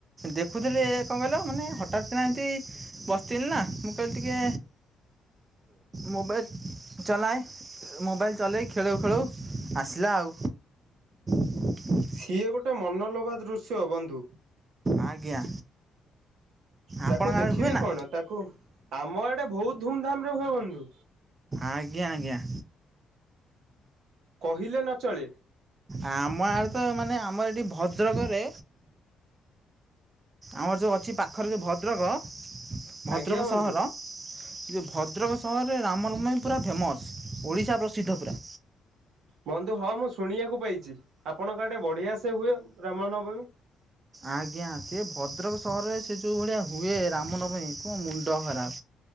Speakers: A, on the right; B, on the right.
A: ଦେଖୁଥିଲେ କଣ କହିଲ ମାନେ ହଠାତକିନା ଏମିତି ବସିଥିଲି ନା, ମୁଁ କହିଲି ଟିକେ ମୋବାଇଲ ଚଲାଏ। ମୋବାଇଲ୍ ଚଲେଇ ଖେଳଉ ଖେଳଉ ଆସିଲା ଆଉ। ଁ
B: ସିଏ ଗୋଟେ ମନଲୋଭା ଦୃଶ୍ୟ ବନ୍ଧୁ।
A: ଆଜ୍ଞା।
B: ତାକୁ
A: ଆପଣଙ୍କ
B: ଦେଖିବେ
A: ଆଡ଼େ ହୁଏ ନା
B: କଣ, ତାକୁ ଆମ ଆଡେ ବହୁତ ଧୁମଧାମରେ ହୁଏ ବନ୍ଧୁ।
A: ଆଜ୍ଞା ଆଜ୍ଞା।
B: କହିଲେ ନ ଚଳେ।
A: ଆମଆଡେ ତ ମାନେ ଆମର ଏଠି ଭଦ୍ରକରେ ଆମର ଯୋଉ ଅଛି ପାଖରେ ଯୋଉ ଭଦ୍ରକ, ଭଦ୍ରକ
B: ଆଜ୍ଞା ବନ୍ଧୁ।
A: ସହର ସେ ଯୋଉ ଭଦ୍ରକ ସହରରେ ରାମନବମୀ ପୁରା ଫେମସ୍ ଓଡ଼ିଶା ପ୍ରସିଦ୍ଧ ପୁରା।
B: ବନ୍ଧୁ ହଁ ମୁଁ ଶୁଣିବାକୁ ପାଇଛି ଆପଣଙ୍କ ଆଡେ ବଢ଼ିଆ ସେ ହୁଏ ରାମନବମୀ।
A: ଆଜ୍ଞା ସେ ଭଦ୍ରକ ସହରରେ ସେ ଯୋଉ ଭଳିଆ ହୁଏ ରାମନବମୀ ତୋ ମୁଣ୍ଡଖରାପ।